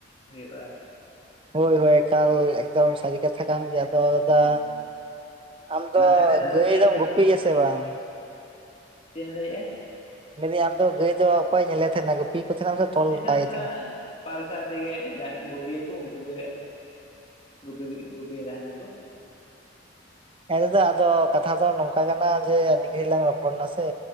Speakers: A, on the left; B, on the right.
A: ᱦᱩᱭᱩᱜᱼᱟ ᱾
B: ᱦᱳᱭ ᱦᱳᱭ ᱠᱟᱞ ᱮᱠᱫᱚᱢ ᱥᱟᱹᱨᱤ ᱠᱟᱛᱷᱟ ᱠᱟᱱ ᱜᱮᱭᱟ ᱾ ᱫᱟᱫᱟ
A: ᱦᱳᱭ
B: ᱟᱢ ᱫᱚ
A: ᱢᱟ ᱛᱟᱦᱚᱞᱮ ᱫᱟᱫᱟ
B: ᱜᱟᱹᱭᱫᱚᱢ
A: ᱛᱮᱦᱮᱧ ᱫᱚ
B: ᱜᱩᱯᱤᱭᱟ ᱥᱮ ᱵᱟᱝ?
A: ᱪᱮᱫ ᱮᱢ ᱞᱟᱹᱭᱮᱜᱼᱟ?
B: ᱢᱮᱱᱫᱟᱹᱧ ᱟᱢᱫᱚ ᱜᱟᱹᱭ ᱫᱚ ᱚᱠᱚᱭᱧ ᱧᱮᱞᱮᱫ ᱛᱟᱦᱮᱸᱱᱟ ᱜᱩᱯᱤ? ᱠᱚ ᱛᱟᱦᱮᱱᱟᱢ ᱥᱮ ᱛᱚᱞ
A: ᱩᱱᱤ ᱫᱚ
B: ᱠᱟᱭ
A: ᱚᱱᱠᱟ
B: ᱛᱟᱦᱮᱱᱟ
A: ᱯᱟᱞᱥᱟ ᱛᱮᱜᱮ ᱡᱟᱦᱟᱸ ᱜᱩᱯᱤᱭᱟᱹ ᱠᱚ ᱩᱱᱠᱩ ᱜᱮ ᱜᱩᱯᱤ ᱜᱩᱯᱤᱭᱮ ᱛᱟᱦᱮᱸ ᱠᱚ ᱾
B: ᱦᱮᱸ ᱫᱟᱫᱟ ᱟᱫᱚ ᱠᱟᱛᱷᱟ ᱫᱚ ᱱᱚᱝᱠᱟ ᱠᱟᱱᱟ ᱡᱮ ᱟᱹᱰᱤ ᱜᱷᱟᱹᱲᱤᱡ ᱞᱟᱝ ᱨᱚᱯᱚᱲ ᱱᱟ ᱥᱮ